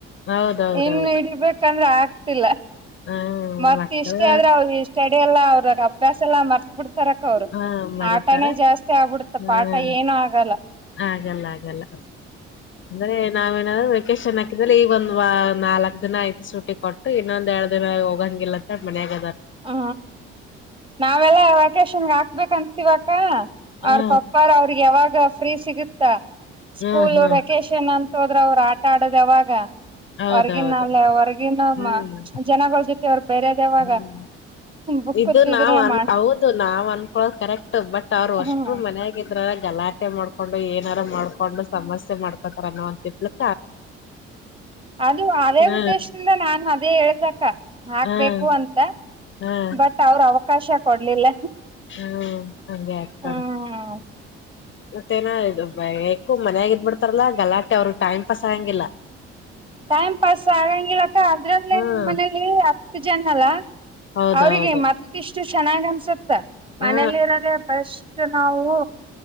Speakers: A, on the left (about 40°); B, on the right (about 15°).
A: ಹೌದೌದೌದು
B: ಇನ್ ಹಡಬೇಕ ಯಾಕಂದ್ರೆ ಆಗ್ತಿಲ್ಲ
A: ಹ್ಮ
B: ಮತ್ತ
A: ಮಕ್ಕಳ
B: ಇಷ್ಟೇ ಆದ್ರೆ ಅವರು ಇಷ್ಟ ಅಡ ಎಲ್ಲ ಅವ್ರ ಅಭ್ಯಾಸ ಎಲ್ಲ ಮರ್ ಬಿಡುತ್ತಾ ತರಕ ಅವರು
A: ಹಾ ಮರಿತಾರ
B: ಆಟನೇ ಜಾಸ್ತಿ ಆಗ್ಬಿಡುತ್ತ
A: ಹ್ಮ್
B: ಪಾಠ ಏನು ಆಗಲ್ಲ
A: ಆಗಲ್ಲ ಆಗಲ್ಲ ಅಂದ್ರೆ ನಾವೇಏನಾದ್ರು ವೆೇಕೇಶನ್ ಹಾಕಿದ್ರೆ ಈಗ ಒಂದ್ ನಾಲ್ಕಕ್ ದಿನ ಐತು ಸುಟಿ ಕೊಟ್ಟು ಇನ್ನೊಂದ್ ಎರಡ್ ದಿನ ಹೋಗಂಗಿಲ್ಲ ಅಂತ ಮನ್ ಹಾಗ
B: ಹ ನಾವೆಲ್ಲ ವೆಕೇಶನ್ ಹಾಕ್ಬೇಕಂತಿವಕ
A: ಹ್ಮ
B: ಅವ್ರ ಪಪ್ಪಾರ ಅವ್ರಿಗೆ ಯಾವಾಗ ಫ್ರೀ ಸಿಗುತ್ತ ಸ್ಕೂಲ್
A: ಹ್ಮ್ ಹ್ಮ್
B: ವೆಕೇಶನ್ ಷನ್ ಅಂತ ಹೋದ್ರೆ ಅವ್ರು ಆಟ ಆಡೋದ್ ಯಾವಾಗ
A: ಹೌದೌದು
B: ಹೊರ್ಗಿನ ಅಲ್ಲ ಹೊರ್ಗಿನಮ್ಮ
A: ಹ್ಮ್
B: ಜನ ಯಾರ್ ಬೇರೆದ್ ಯಾವಾಗ
A: ಹ್ಮ್
B: ಬುಕ್ದಿದ್ರೆ
A: ಇದು ನಾವ್ ಅನ್
B: ಮಾಡ
A: ಹೌದು ನಾವ್ ಅನ್ಕೊಳ್ಳೋದು ಕರೆಕ್ಟ್ ಬಟ್ ಅವ್ರು ಅಷ್ಟರು
B: ಹ್ಮ್
A: ಮನೆಗಿದ್ರಾ ಗಲಾಟೆ ಮಾಡ್ಕೊಂಡು ಏನಾರ ಮಾಡ್ಕೊಂಡು ಸಮಸ್ಯೆ ಮಾಡ್ಕೊಂತ <unintelligible>
B: ಅದು ಅದೇ
A: ಹ್ಮ್
B: ಉದ್ದೇಶದಿಂದ ನಾನು ಅದೇ ಹೇಳ್ದಕ್ಕ ಹಾಕ್ಬೇಕು
A: ಹ್ಮ್
B: ಅಂತ
A: ಹ್ಮ್
B: ಬಟ್ ಅವ್ರ ಅವ ಕಾಶ ಕೊಡ್ಲಿಲ್ಲ
A: ಹ್ಮ್ ಹಂಗೆ ಆಗ್ತಾರ
B: ಹ್ಮ್
A: ಮತ್ತೆ ಏನ ಇದ್ ಎಕೋ ಮನೆಗ್ ಬಿಡ್ತಾರಲ್ಲಾ ಗಲಾಟೆ ಅವ್ರಿಗ್ ಟೈಮ್ ಪಾಸ್ ಹಾಗಂಗಿಲ್ಲ
B: ಟೈಮ್ ಪಾಸ್ ಆಗಂಗಿಲ್ಲಕ್ಕ ಅದ್ರಲ್ಲೇ
A: ಹ್ಮ್
B: ನಮ್ಮ್ ಮನೇಲಿ ಇದ್ ಜನ್ಮಲ್ಲ
A: ಹೌದೌದು
B: ಅವ್ರಿಗೆ ಮತ್ತಿಷ್ ಎಷ್ಟು ಚೆನ್ನಾಗಿ ಅನ್ಸುತ್ತೆ ಸ ಮನೆಲ್ಲಿರೋಧೆ
A: ಹಾ
B: ಬೆಸ್ಟ್ ನಾವು